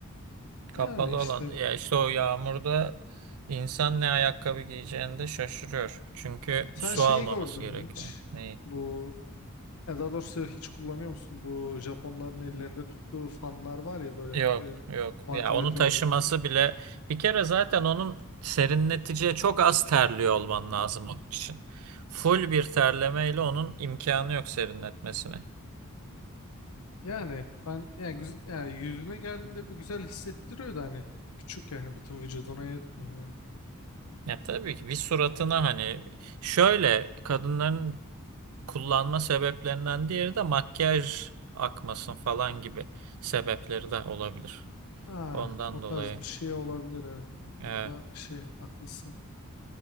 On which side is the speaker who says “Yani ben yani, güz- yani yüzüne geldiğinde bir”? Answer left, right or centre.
Left